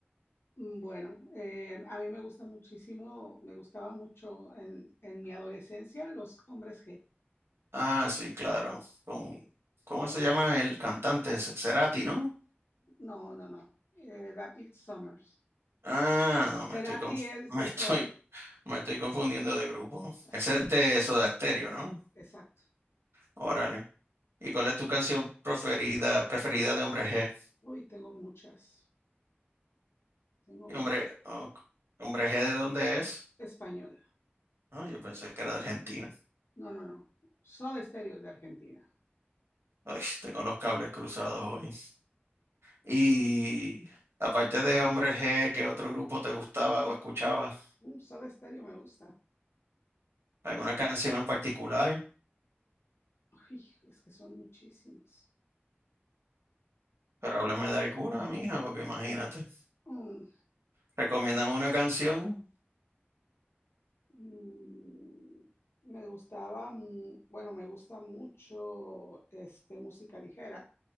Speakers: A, on the left; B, on the right.
A: Bueno, eh, a mí me gusta muchísimo, me gustaba mucho en, en mi adolescencia los hombres G.
B: Ah, sí, claro. Con, ¿cómo se llama el cantante? Ce- Cerati, ¿no?
A: No, no, no. Eh, David Summers.
B: Ah, no, me
A: Cerati
B: estoy, conf-
A: es
B: <laughs> me
A: de
B: estoy,
A: eso.
B: me estoy confundiendo de grupo.
A: Sí,
B: Ese es de Soda Stereo, ¿no?
A: exacto.
B: Órale. ¿Y cuál es tu canción preferida, preferida de Hombre G?
A: Uy, tengo muchas, tengo
B: Y
A: mucho.
B: Hombre, oh, ¿Hombre G de dónde es?
A: Español.
B: Ah, yo pensé que era de Argentina.
A: No, no, no. Soda Stereo es de Argentina.
B: Ay, tengo los cables cruzados hoy. Y aparte de Hombre G, ¿qué otro grupo te gustaba o escuchabas?
A: Mm, Soda Stereo me gusta.
B: ¿Alguna canción en particular?
A: Uy, es que son muchísimas.
B: Pero háblame de alguna, mija, porque imagínate.
A: Mm,
B: Recomiéndame una canción.
A: mm, me gustaba, mu- bueno, me gusta mucho este, música ligera,